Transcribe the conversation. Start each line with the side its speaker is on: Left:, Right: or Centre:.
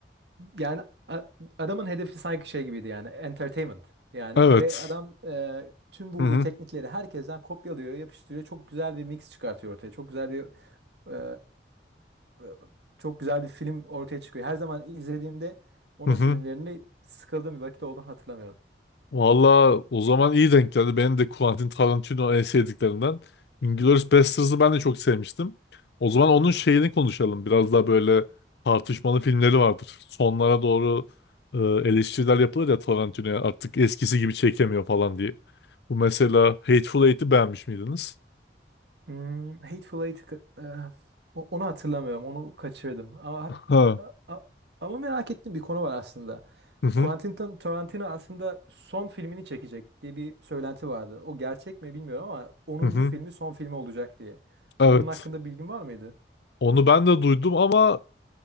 Right: Yani a- adamın hedefi sanki şey gibiydi yani entertainment yani
Left: Evet.
Right: ve adam e, tüm bulduğu
Left: Hı hı.
Right: teknikleri herkesten kopyalıyor, yapıştırıyor. Çok güzel bir mix çıkartıyor ortaya. Çok güzel bir e, e, çok güzel bir film ortaya çıkıyor. Her zaman izlediğimde onun
Left: Hı hı.
Right: filmlerini sıkıldığım bir vakit olduğunu hatırlamıyorum.
Left: Valla o zaman iyi denk geldi. Benim de Quentin Tarantino en sevdiklerinden. Inglourious Basterds'ı ben de çok sevmiştim. O zaman onun şeyini konuşalım. Biraz daha böyle tartışmalı filmleri vardır. Sonlara doğru e, eleştiriler yapılır ya Tarantino'ya. Artık eskisi gibi çekemiyor falan diye. Bu mesela Hateful Eight'i beğenmiş miydiniz?
Right: Hmm, Hateful Eight'i ka- eh, o- onu hatırlamıyorum. Onu kaçırdım. Ama, hat-
Left: Ha.
Right: a- a- ama merak ettiğim bir konu var aslında.
Left: Hı hı.
Right: Quentin Tar- Tarantino aslında son filmini çekecek diye bir söylenti vardı. O gerçek mi bilmiyorum ama onuncu
Left: Hı hı.
Right: filmi son filmi olacak diye.
Left: Evet.
Right: Onun hakkında bilgin var mıydı?
Left: Onu ben de duydum ama